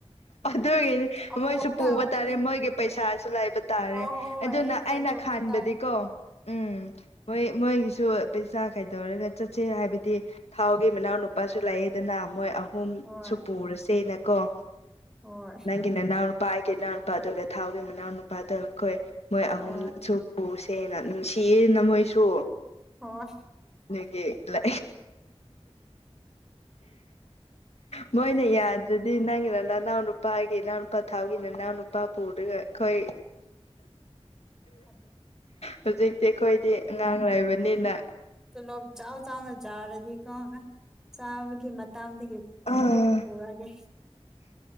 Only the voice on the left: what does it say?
ꯑꯗꯨꯒꯤ
ꯃꯣꯏꯁꯨ ꯄꯨꯕ
ꯇꯥꯔꯦ ꯃꯣꯏꯒꯤ ꯄꯩꯁꯥꯁꯨ ꯂꯩꯕ ꯇꯥꯔꯦ
ꯑꯗꯨꯅ
ꯑꯩꯅ ꯈꯥꯟꯕꯗꯤꯀꯣ
ꯎꯝ ꯃꯣꯏ ꯃꯣꯏꯒꯤ ꯁꯨ ꯄꯩꯁꯥ ꯀꯩꯗꯧꯔꯒ ꯆꯠꯁꯦ ꯍꯥꯏꯕꯗꯤ ꯊꯥꯎꯒꯤ ꯃꯅꯥꯎ ꯅꯨꯄꯥꯁꯨ ꯂꯥꯛꯑꯦꯗꯅ ꯃꯣꯏ ꯑꯍꯨꯝ
ꯁꯨ ꯄꯨꯔꯁꯦꯅꯀꯣ
ꯅꯪꯒꯤ ꯅꯅꯥꯎ ꯅꯨꯄꯥꯒꯤ ꯏꯅꯥꯎꯅ ꯅꯨꯄꯥ ꯑꯗꯨꯒ ꯊꯥꯎꯒꯤ ꯃꯅꯥꯎ ꯅꯨꯄꯥꯗ ꯑꯩꯈꯣꯏ ꯃꯣꯏ ꯑꯍꯨꯝꯁꯨ
ꯄꯨꯁꯤ ꯁꯦꯡꯅ ꯅꯨꯡꯁꯤꯌꯦꯅ ꯃꯣꯏꯁꯨ
ꯅꯒꯤ ꯂ ꯃꯣꯏꯅ ꯌꯥꯗ꯭ꯔꯗꯤ ꯅꯪꯒꯤꯔ ꯏꯅꯥꯎ ꯅꯨꯄꯥꯒꯤ ꯏꯅꯥꯎꯅ ꯅꯨꯄꯥ ꯊꯥꯎꯒꯤ ꯅꯅꯥꯎ ꯅꯨꯄꯥ ꯄꯨꯔꯒ ꯑꯩꯈꯣꯏ
ꯍꯧꯖꯤꯛꯇꯤ ꯑꯩꯈꯣꯏꯗꯤ ꯑꯉꯥꯡ ꯂꯩꯕꯅꯤꯅ
ꯎꯝ